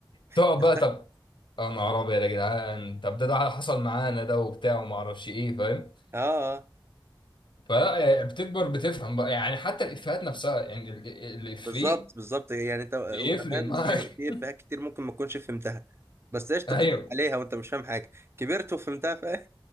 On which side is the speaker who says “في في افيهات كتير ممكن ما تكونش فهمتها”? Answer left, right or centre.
Right